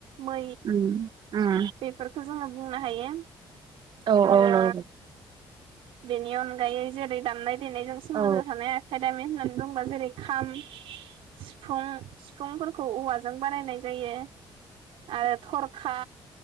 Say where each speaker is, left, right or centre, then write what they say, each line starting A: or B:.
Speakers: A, on the right; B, on the right.
A: मै
B: उम उम
A: बेफोरखो जोङो बुंनो हायो
B: औ
A: आरो
B: औ नंगौ
A: बेनि अन गायो जेरै दामनाय देनायजों सोमोन्दो
B: औ
A: थानाय आखाइ दामिन होननानै दंबा जेरै खाम सिफुं फुंफोरखौ औवाजों बानायनाय जायो आरो थरखा